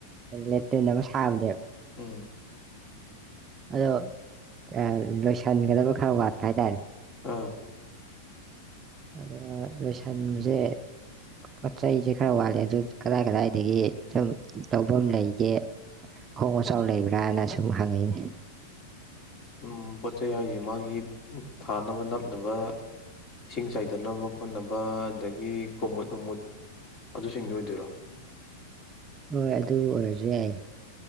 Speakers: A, on the right; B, on the left.
A: ꯂꯦꯇ꯭ꯔꯤꯟ ꯑꯃ ꯁꯥꯕꯅꯦ
B: ꯎꯝ
A: ꯑꯗꯣ ꯑ ꯂꯣꯏꯁꯟꯒꯗꯕ ꯈꯔ ꯋꯥꯠꯄ ꯍꯥꯏꯇꯥꯔꯦ
B: ꯑ
A: ꯑꯗꯣ ꯂꯣꯏꯁꯟꯕꯖꯦ ꯄꯣꯠ ꯆꯩꯖꯦ ꯈꯔ ꯋꯥꯠꯂꯦ ꯑꯗꯨ ꯀꯗꯥꯏ-ꯀꯗꯥꯏꯗꯒꯤ ꯁꯨꯝ ꯂꯧꯕꯝ ꯂꯩꯒꯦ ꯑꯍꯣꯡ ꯑꯆꯥꯎ ꯂꯩꯕ꯭ꯔꯥꯅ ꯁꯨꯝ ꯍꯪꯉꯩꯅꯦ
B: ꯎꯝ ꯄꯣꯠ ꯆꯩ ꯍꯥꯏꯖꯦ ꯃꯥꯒꯤ ꯎ ꯊꯥꯅꯕ ꯅꯞꯅꯕ ꯏꯁꯤꯡ ꯆꯥꯏꯗꯅꯕ ꯈꯣꯠꯅꯕ ꯑꯗꯒꯤ ꯀꯨꯃꯨꯠ ꯅꯨꯡꯃꯨꯠ ꯑꯗꯨꯁꯤꯡꯗꯣ ꯑꯣꯏꯗꯣꯏꯔꯣ꯫
A: ꯍꯣꯏ ꯑꯗꯨ ꯑꯣꯏꯔꯖꯨ ꯌꯥꯏꯌꯦ